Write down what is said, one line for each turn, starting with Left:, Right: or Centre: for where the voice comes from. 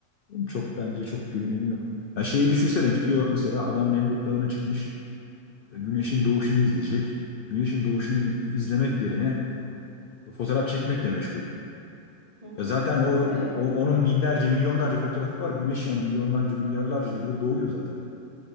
Left: çok bence çok bir önemi yok. Ya şeyi düşünsene
Right: Hı hı.
Left: gidiyor mesela adam Nemrut Dağı'na çıkmış. e, Güneşin doğuşunu izleyecek. Güneşin doğuşunu iz- izlemek yerine Fotoğraf çekmekle meşgul.
Right: Hı hı.
Left: Ya zaten
Right: Katılıyorum.
Left: or, o- onun binlerce, milyonlarca fotoğrafı var. Güneş yani milyonlarca, milyarlarca yılda doğuyor zaten.